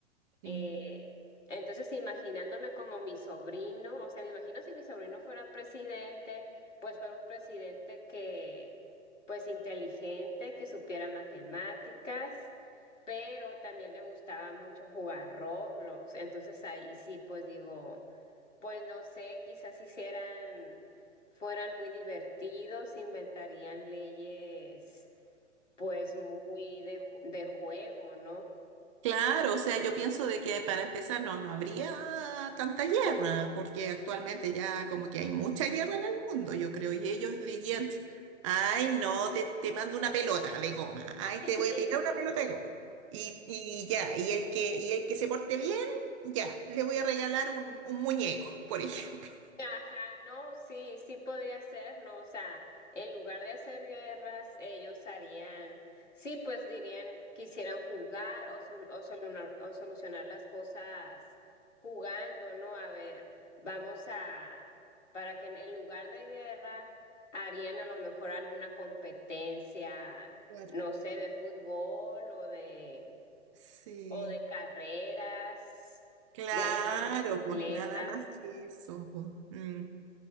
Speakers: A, on the right (about 25°); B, on the left (about 75°).
A: Sí.
B: Eh, entonces, imaginándome como mi sobrino, o sea, me imagino si mi sobrino fuera presidente, pues fuera un presidente que, pues inteligente, que supiera matemáticas, pero también le gustaba mucho jugar Roblox. Entonces ahí sí, pues digo, pues no sé, quizás si hicieran, fueran muy divertidos, inventarían leyes, pues muy de, ju- de juego, ¿no?
A: Claro, o sea, yo pienso de que para empezar no, no habría tanta guerra, porque actualmente ya como que hay mucha guerra en el mundo, yo creo, y ellos dirían, ay, no, te, te mando una pelota de goma, ay,
B: <laughs>
A: te voy a tirar una pelota de goma. Y, y ya, y el que, y el que se porte bien, ya, le voy a regalar un, un muñeco, por ejemplo.
B: Ajá, no, sí, sí podría ser, ¿no? O sea, en lugar de hacer guerras, ellos harían, sí, pues dirían, quisieran jugar o, sol- o, solunar- o solucionar las cosas jugando, ¿no? A ver, vamos a, para que en, en lugar de guerra, harían a lo mejor alguna competencia,
A: Claro.
B: no sé, de fútbol o de,
A: Sí.
B: o de carreras,
A: Claro,
B: de andar en bicicletas.
A: pues nada más que eso. pues. Mm.